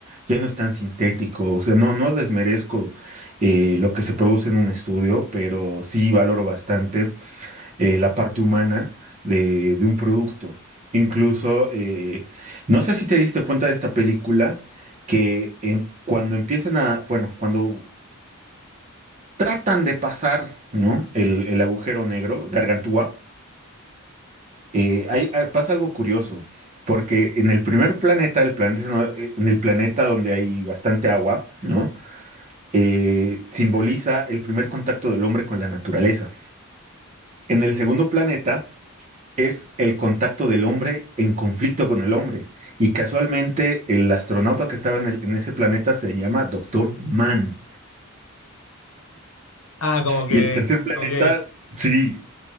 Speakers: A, on the right; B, on the left.
A: Ya no es tan sintético. O sea, no, no desmerezco eh, lo que se produce en un estudio, pero sí valoro bastante eh, la parte humana de, de un producto. Incluso, eh, no sé si te diste cuenta de esta película, que en- cuando empiezan a, bueno, cuando tratan de pasar, ¿no? El, el agujero negro, Gargantúa, eh, hay- ah, pasa algo curioso, porque en el primer planeta, el planeta, no- eh, en el planeta donde hay bastante agua, ¿no? Eh, simboliza el primer contacto del hombre con la naturaleza. En el segundo planeta, es el contacto del hombre en conflicto con el hombre. Y casualmente el astronauta que estaba en, el- en ese planeta se llama Doctor Mann.
B: Ah, como que...
A: Y el tercer planeta,
B: Ok.
A: sí,